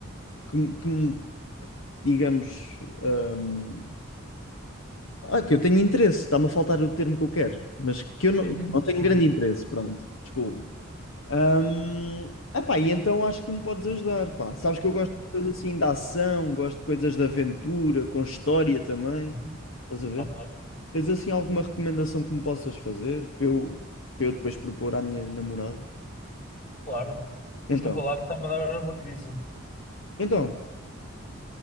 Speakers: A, on the left; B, on the left.
A: que, me, que me, digamos, hum, ah, que eu tenho interesse, está-me a faltar o termo que eu quero, mas que eu não,
B: Sim, sim.
A: que eu não tenho
B: Puxa.
A: grande interesse, pronto, desculpa. Hum, epá, e então acho que tu me podes ajudar, pá. Sabes que eu gosto de coisas assim de ação, gosto de coisas de aventura, com história também.
B: Uhum.
A: Estás a ver?
B: Ok,
A: Tens assim alguma recomendação que me possas fazer para eu, para eu depois propor à minha namorada?
B: claro. Desculpa
A: Então,
B: lá que está-me a dar uma crise.
A: então.